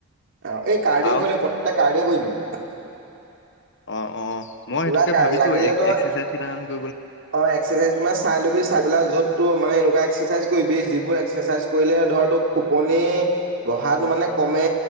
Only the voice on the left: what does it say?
আৰু
অ অ মই
সেইটোকে
ভাবিছো
এক্সাৰচাইজ কেইটামান ক-